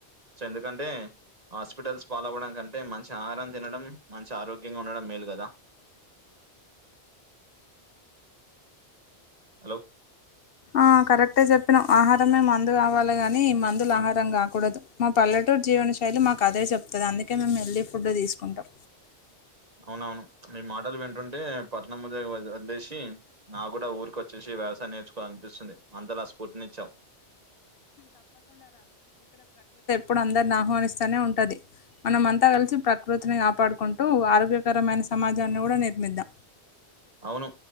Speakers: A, on the right (about 40°); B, on the left (about 65°).
A: సో ఎందుకంటే హాస్పిటల్స్ పాలవ్వడం కంటే మంచి ఆహారం తినడం, మంచి ఆరోగ్యంగా ఉండడం మేలు కదా. హలో
B: ఆ కరెక్టే జేప్పినవ్ ఆహారమే మందు గావాలే గాని, ఈ మందులు ఆహారం కాకూడదు మా పల్లెటూరు జీవనిష్ శైలి మాకు అదే జెప్తది. అందుకే మేము హెల్దీ ఫుడ్ తీసుకుంటాం.
A: అవునవును మీ మాటలు వింటుంటే పట్నం ముదే వదిలేసి నా గూడా ఊరికి వచ్చేసి ఈ వ్యవసాయం నేర్చుకోవాల అనిపిస్తుంది అంతలా స్ఫూర్తినిచ్చావ్.
B: ఇప్పుడు అందరిని ఆహ్వానిస్తనే ఉంటది. మనం అంతా కలిసి ప్రకృతిని కాపాడుకుంటూ ఆరోగ్యకరమైన సమాజాన్ని గూడా నిర్మిందాం.
A: అవును